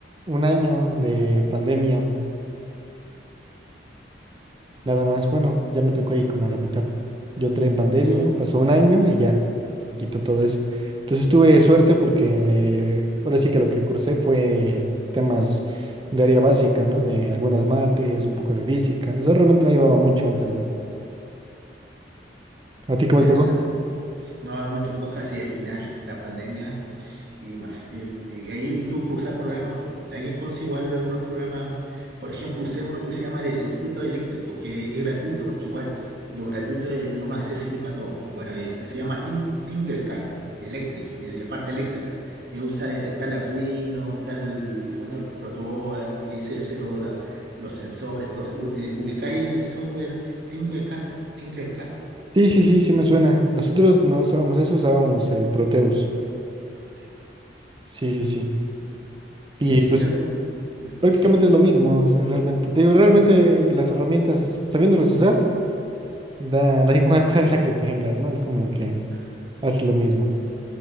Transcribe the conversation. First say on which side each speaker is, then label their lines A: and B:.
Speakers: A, on the right (about 25°); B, on the right (about 55°).
A: un año de pandemia. Nada más, bueno, ya me tocó ahí como a la mitad. Yo entré en pandemia,
B: Sí, bueno,
A: pasó un año y ya, se quitó todo eso. Entonces tuve suerte porque eh, ahora sí que lo que cursé fue temas de área básica, ¿no? De algunas mates, un poco de física. O sea, realmente no llevaba mucho antes de... ¿A ti
B: interesante.
A: cómo te tocó?
B: No, a mí me tocó casi el final, la pandemia. Y, más, eh, y ahí tuve que usar programas. po. Ahí es igual algunos programas. Por ejemplo, usé uno que se llama de circuitos eléctricos, que es gratuito, porque igual lo gratuito es lo más accesible para todos. Bueno, y este se llama Ting- Tinkercad Electric, eh, de parte eléctrica. Y ahí usa, está el Arduino, está el, bueno, los protoboard, y ahí se hacen lo- la- los sensores, todo. U- eh, ubicáis el software Tinkercad, Tinkercad,
A: Sí, sí, sí, sí me suena. Nosotros no usábamos eso, usábamos el Proteus.
B: Proteo.
A: Sí, sí, sí.
B: eh,
A: Y
B: el Tinkercad.
A: pues
B: ¿Mm?
A: prácticamente
B: Sí.
A: es lo mismo, o sea, realmente. Te digo, realmente las herramientas, sabiéndolas usar. Da, da igual <laughs> cuál es la que tengas, ¿no? Es como que
B: Ah.
A: haces lo mismo.